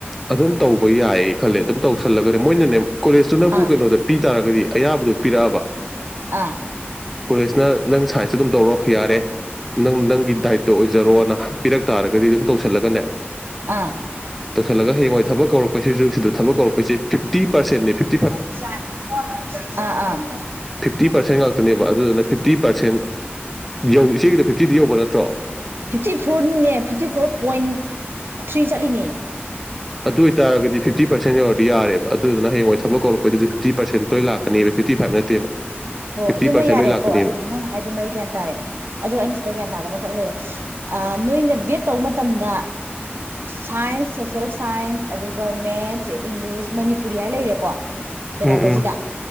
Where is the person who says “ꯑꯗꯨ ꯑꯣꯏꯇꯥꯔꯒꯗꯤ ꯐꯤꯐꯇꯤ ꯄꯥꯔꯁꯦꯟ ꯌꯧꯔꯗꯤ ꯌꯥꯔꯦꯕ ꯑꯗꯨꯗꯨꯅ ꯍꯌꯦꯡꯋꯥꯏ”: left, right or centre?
Centre